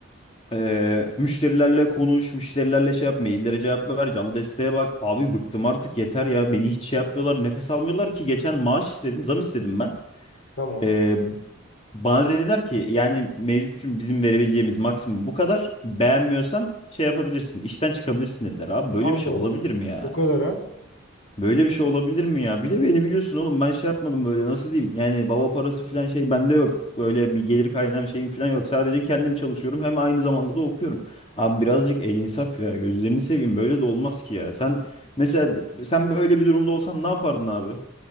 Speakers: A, on the left; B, on the left.
A: Ee, müşterilerle konuş, müşterilerle şey yap, maillere cevap ver, canlı desteğe bak. Abi bıktım artık yeter ya. Beni hiç şey yapmıyorlar, nefes almıyorlar ki geçen maaş istedim, zam istedim ben.
B: Tamam.
A: Ee, bana dediler ki yani mevcutçum bizim verebileceğimiz maksimum bu kadar. Beğenmiyorsan şey yapabilirsin, işten çıkabilirsin dediler. Abi böyle
B: Allah
A: bir şey olabilir
B: Allah.
A: mi ya?
B: O kadar ha.
A: Böyle bir şey olabilir mi ya? Bir de beni biliyorsun oğlum ben şey yapmadım böyle nasıl diyeyim? Yani baba parası falan şey bende yok. Böyle bir gelir kaynağım şeyim falan yok. Sadece kendim çalışıyorum hem aynı zamanda da okuyorum. Abi birazcık el insaf ya gözlerini seveyim böyle de olmaz ki ya. Sen mesela sen böyle bir durumda olsan ne yapardın abi?